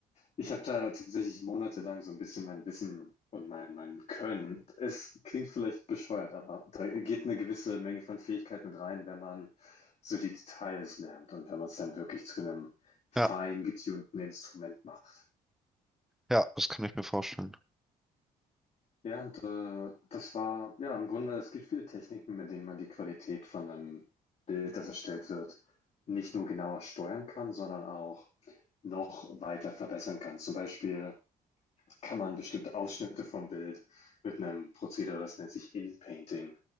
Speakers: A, on the left; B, in the centre.
A: ich habe da tatsächlich monatelang so ein bisschen mein Wissen und mein mein Können es klingt vielleicht bescheuert, aber da geht eine gewisse Menge von Fähigkeit mit rein, wenn man so die Details lernt und wenn man es dann wirklich zu einem fein
B: Ja,
A: getunten Instrument macht.
B: ja, das kann ich mir vorstellen.
A: Ja, und äh, das war, ja, im Grunde, es gibt viele Techniken, mit denen man die Qualität von einem Bild, das erstellt wird, nicht nur genauer steuern kann, sondern auch noch weiter verbessern kann. Zum Beispiel kann man bestimmte Ausschnitte vom Bild mit einem Prozedere, das nennt sich In-Painting,